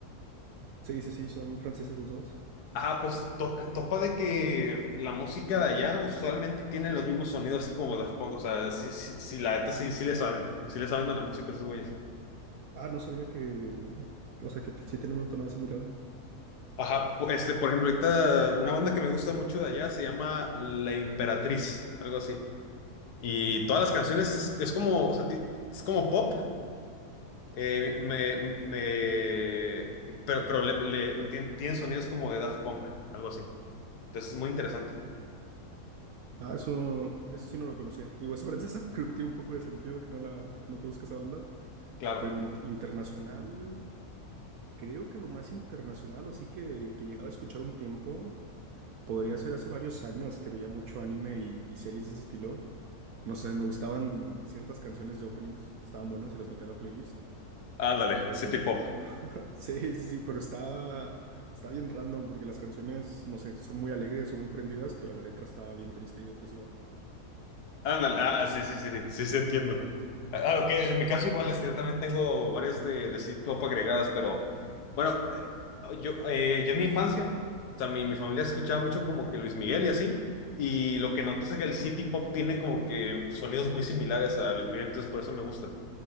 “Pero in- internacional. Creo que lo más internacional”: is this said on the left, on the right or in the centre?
Right